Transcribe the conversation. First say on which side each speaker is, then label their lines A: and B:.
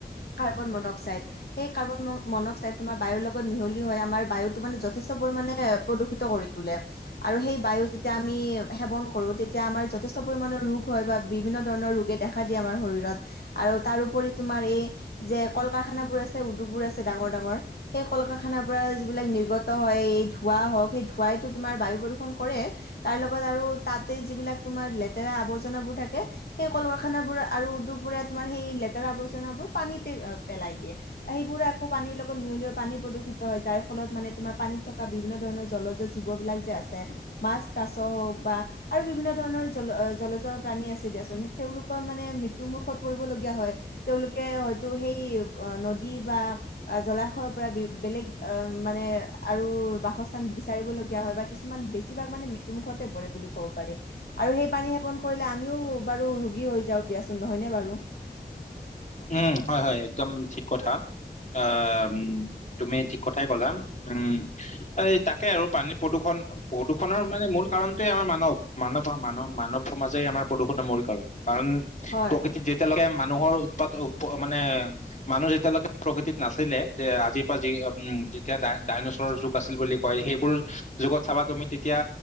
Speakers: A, on the left; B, on the left.
A: কাৰ্বন মনক্সাইড সেই কাৰ্বন মন-মনক্সাইড তোমাৰ বায়ুৰ লগত মিহলি হয় আমাৰ বায়ুতো মানে যথেষ্ট পৰিমাণে প্ৰদূষিত কৰি তোলে আৰু সেই বায়ু যেতিয়া আমি সেৱন কৰোঁ তেতিয়া আমাৰ যথেষ্ট পৰিমাণৰ ৰোগ হয় বা বিভিন্ন ধৰণৰ ৰোগে দেখা দিয়ে আমাৰ। শৰীৰত আৰু তাৰোপৰি তোমাৰ এই যে কল-কাৰখানাবোৰ আছে উদ্যোগবোৰ আছে ডাঙৰ ডাঙৰ। সেই কল-কাৰখানাৰ পৰা যিবিলাক নিৰ্গত হয় এই ধোঁৱা হওঁক সেই ধোঁৱাইতো তোমাৰ বায়ু প্ৰদূষণ কৰে। তাৰ লগত আৰু তাতে যিলাক তোমাৰ লেতেৰা আৱৰ্জনাবোৰ থাকে সেই কল-কাৰখানাবোৰ আৰু উদ্যোগবোৰে তোমাৰ সেই লেতেৰা আৱৰ্জনাবোৰ পানীতে পেলাই দিয়ে সেইবোৰে আকৌ পানীৰ লগত লগত মিহিলি পানী প্ৰদূষিত হয় যাৰ ফলত মানে তোমাৰ পানীত থকা বিভিন্ন ধৰণৰ জলজ জীৱবিলাক যে আছে। মাছ, কাছ হওঁক বা আৰু বিভিন্ন ধৰণৰ জল জলজ প্ৰাণী আছে দিয়াচোন তেওঁলোকৰ মানে নে মৃত্যু মুখত পৰিবলগীয়া হয় তেওঁলোকে হয়তো সেই নদী বা অ', জলাশয়ৰ পৰা বেলেগ অ', মানে আৰু বাসস্থান বিচাৰিবলগীয়া হয় বা কিছুমান বেছিভাগ মানে মৃত্যুমুখতে পৰে বুলি ক'ব পাৰি আৰু সেই পানী সেৱন কৰিলে আমিও বাৰু ৰোগী হৈ যাওঁক দিয়াচোন, নহয়নে বাৰু?
B: উম, হয়, হয়, একদম ঠিক কথা। অ', তুমি ঠিক কথাই ক'লা উম, এই তাকে আৰু পানী প্ৰদূষণ প্ৰদূষণৰ মানে মূল কাৰণটোয়ে আমাৰ মানৱ, মানৱ, মানৱ, মানৱ সমাজে আমাৰ প্ৰদূষণৰ মূল কাৰণ। কাৰণ
A: হয়,
B: প্ৰকৃতিত যেতিয়ালৈকে মানুহৰ উৎপাত মানে মানুহ যেতিয়ালৈকে প্ৰকৃতিত নাছিলে যে আজিৰ পৰা যি উম যেতিয়া দাই ডাইনচৰৰ যুগ আছিল বুলি কয় সেইবোৰ যুগত চাবা তুমি তেতিয়া